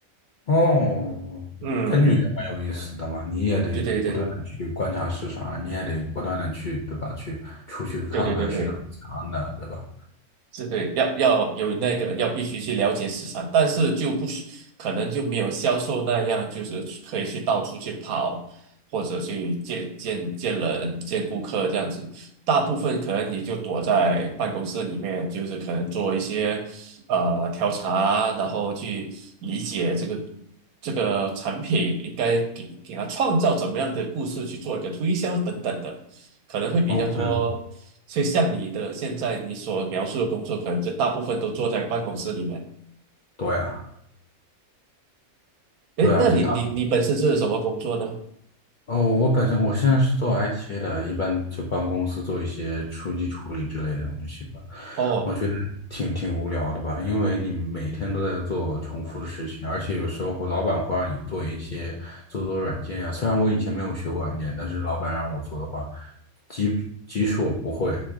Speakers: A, on the left (about 60°); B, on the right (about 75°).
A: 哦，
B: 嗯，
A: 感觉也蛮有意思的嘛，你也得不断的去观察市场啊，
B: 对对对
A: 你也得不断的去，对吧？去出去看看市场是怎样的，
B: 对对对对。
A: 对吧
B: 是对，要要有那个要必须去了解市场，但是就不需可能就没有销售那样，就是可以去到处去跑，或者去见见见人、见顾客这样子。大部分可能你就躲在办公室里面，就是可能做一些呃调查啊，然后去理解这个这个产品应该给给他创造怎么样的故事去做一个推销等等的，可能会比较多。
A: ？OK，
B: 所以像你的现在你所描述的工作，可能就大部分都坐在办公室里面。
A: 对啊，
B: 诶，
A: 对啊，
B: 那你你你本身是什么工作呢？
A: 就。打。哦，我本身我现在是做 IT 的，一般就帮公司做一些数据处理之类的东西吧。
B: 哦，
A: 我觉得挺挺无聊的吧，因为你每天都在做重复的事情，而且有时候会老板会让你做一些做做软件呀、虽然我以前没有学过软件，但是老板让我做的话，即即使我不会，